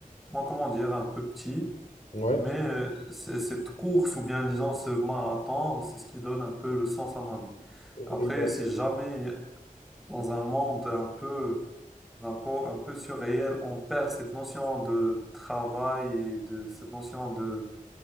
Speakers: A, in the centre; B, on the left.
A: moins, comment dire, un peu petits.
B: Ouais.
A: Mais euh, c'est- cette course ou bien disons ce marathon, c'est ce qui donne un peu le sens à ma vie.
B: Et,
A: Après,
B: euh,
A: si jamais dans un monde un peu, un peu, un peu surréel, on perd cette notion de travail et de cette notion de,